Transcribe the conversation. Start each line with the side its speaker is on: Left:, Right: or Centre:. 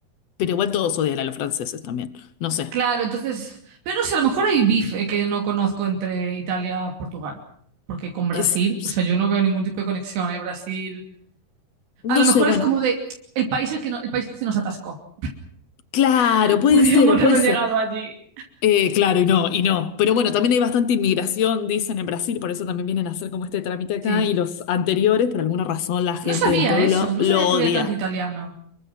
Left: Pero igual todos odian a los franceses también. No sé.
Right: Claro, entonces, pero no sé, a lo mejor hay bife que no conozco entre Italia y Portugal, porque con Brasil,
Left: Es,
Right: o sea, yo no veo ningún tipo de conexión, ¿eh? Brasil,
Left: no
Right: a lo
Left: sé,
Right: mejor
Left: bueno.
Right: es como de el país es que no, el país que se nos atascó.
Left: Claro,
Right: <laughs>
Left: puede
Right: Podíamos
Left: ser, puede
Right: haber
Left: ser.
Right: llegado allí.
Left: Eh, claro, y no, y no. Pero bueno, también hay bastante inmigración, dicen en Brasil, por eso también vienen a hacer como este trámite acá.
Right: Sí.
Left: Y los anteriores, por alguna razón, la gente
Right: No sabía
Left: del pueblo
Right: eso, no
Left: lo
Right: sabía
Left: odia.
Right: que había tanto italiano.